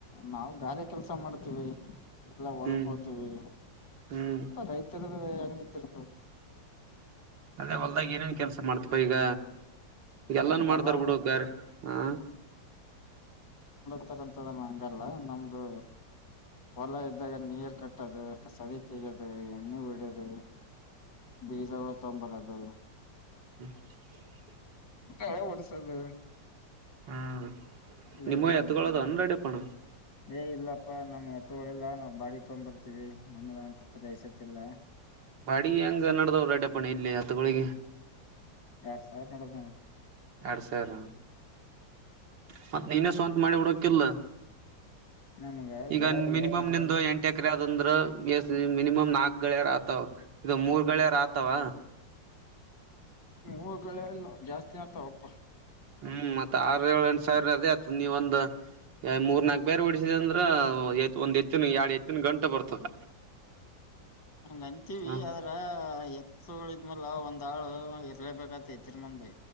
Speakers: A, on the left; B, on the right.
A: ನಾವು ಗಾರೆ ಕೆಲಸ ಮಾಡ. ಎಲ್ಲ ಹೊಲ್ಕೋತವಿ
B: ಹ್ಮ್ ಹ್ಮ್
A: ರೈತರ. ಹೆಂಗಿತಿ ಇರ್ತದೆ.
B: ಅದೇ ಹೊಲ್ದಾಗ ಏನೇನ್ ಕೆಲ್ಸ ಮಾಡ್ತಪ ಈಗ. ಎಲ್ಲಾನು
A: ಏನ್ ಹೊಲ
B: ಮಾಡ್ತಾರ
A: ಬಸ್
B: ಬಿುಡುಗಾರ ಹ.
A: ರಂತದಲ್ಲ ಹಂಗಲ್ಲ ನಮ್ದು. ಹೊಲ ಇದ್ದಾಗ ನೀರ್ ಕಟ್ಟದು ಕಸದ ತಗೋದು ಎಣ್ಣೆ ಬಿಡದು. ಬೀಜಗಳು ತಗೊಂಬರದು.
B: <inaudible>
A: ತಲೆ ಓಡ್ಸದು
B: ಹ್ಮ್
A: ಲೇಬರ್
B: ನಿಮ್ಮ
A: ನೋಡಕ
B: ಎತ್ಗಳದನ್ ರೆಡಿಪಣ
A: ಏ ಇಲ್ಲ. ಪ್ಪಾ ನಮ್ಗೆ ಎತ್ತಗಳಲ್ಲ ನಾವವು ಬಾಡಿ ತಗೊಂಡ್ ಬರ್ತೀವಿ. ನಮ್ದ ಅಂತ
B: ಹ್ಮ್
A: ಪ್ರೈಸತ್ತಿಲ್ಲ
B: ಬಾಡಿ ಹೆಂಗ ನಡ್ದವರು ರಡ್ಡಪ್ಪಣ ಇಲ್ಲಿ ಹತ್ತುಗಳಿಗೆ.
A: ಎರಡ್ ಸಾವಿರ ನೋಡದ್ ನೋ.
B: ಎರಡ್ ಸಾವಿರ ಮತ್ ನೀನೇ ಸ್ವಂತ ಮಾಡಿ ಉಡೋಕಿಲ್ಲ.
A: ನಮ್ಗ
B: ಈಗ
A: ಗಳದ್ ಬಿಡಕ್
B: ಮಿನಿಮಮ್
A: ಬರಲ್ಲ
B: ನಿಮ್ದು ಎಂಟ ಎಕರೆ ಆದಂದ್ರ ಎ ಮಿನಿಮಮ್ ನಾಕು. ಗಳಿಯಾರ ಆತಾವ ಇದು ಮೂರ್ ಗಳೆಯಾರ ಆತಾವ.
A: ಊರ್ಗಳ ಜಾಸ್ತಿ ಆತವಪ್ಪ.
B: ಹ್ಮ್ ಮತ್ ಆರು ಏಳು ಎಂಟ್ ಸಾವಿರ ಅದೇ ಆತ್ ನೀವ ಒಂದ ಮೂರ್ ನಾಕ್ ಬೇರ್ ಬಿಡಿಸಿದೆ ಅಂದ್ರ ಒಂದ್ ಹೆತ್ತಿನ ಎರಡ್ ಹೆತ್ತಿನ ಗಂಟೆ ಬರ್ತದ
A: ಅಂಗ್ ಅಂತೀವಿ
B: ಹ
A: ಆದ್ರ ಎತ್ತುಗಳಿದ್ಮಲೆ ಒಂದ್ ಆಳ ಇರ್ಲೇಬೇಕತ್ತ ಎತಿನ್ ಮುಂದಿ